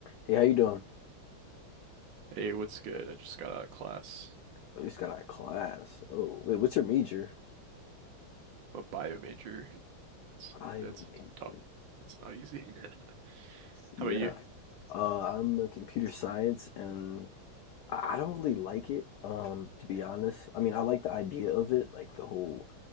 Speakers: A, on the left (about 80°); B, on the right (about 70°).
A: Hey, how you doing?
B: Hey, what's good? I just got out of class.
A: Oh, you just got out of class. Oh, wait, what's your major?
B: I'm a bio major. It's,
A: Bio
B: it's
A: major.
B: tough. It's not easy. <laughs>
A: Yeah.
B: How about you?
A: Uh, I'm a computer science, and I I don't really like it. Um, to be honest, I mean, I like the idea of it, like the whole